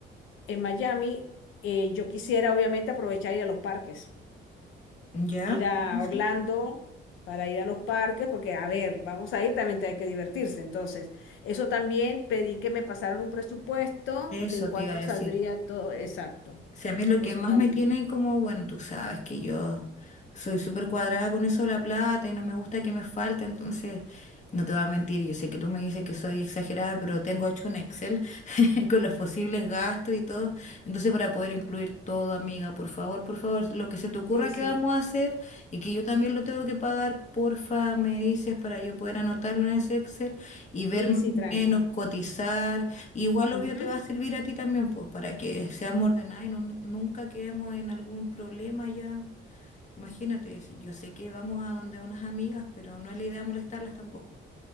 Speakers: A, on the left (about 80°); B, on the left (about 35°).
A: en Miami, eh, yo quisiera obviamente aprovechar ir a los parques,
B: Ya,
A: ir a
B: sí, sí.
A: Orlando para ir a los parques, porque a ver, vamos a ir, también te hay que divertirse. Entonces, eso también pedí que me pasaran un presupuesto
B: Eso
A: de en cuánto
B: te iba a decir.
A: saldría todo, exacto,
B: Si a mí lo
A: eso
B: que más
A: también.
B: me tiene como, bueno, tú sabes que yo soy súper cuadrada con eso de la plata y no me gusta que me falte, entonces no te voy a mentir, yo sé que tú me dices que soy exagerada, pero tengo hecho un Excel <laughs> con los posibles gastos y todo. Entonces, para poder incluir todo, amiga, por favor, por favor, lo que se te ocurra
A: Sí, sí,
B: que vamos a hacer y que yo también lo tengo que pagar, porfa, me dices para yo poder anotarlo en ese Excel y ver
A: sí,
B: más
A: sí,
B: o
A: tranqui.
B: menos, cotizar. Igual,
A: Ujú.
B: obvio, te va a servir a ti también, pues, para que seamos ordenados y no- nunca quedemos en algún problema ya. Imagínate, si yo sé que vamos a donde unas amigas, pero no es la idea molestarlas tampoco.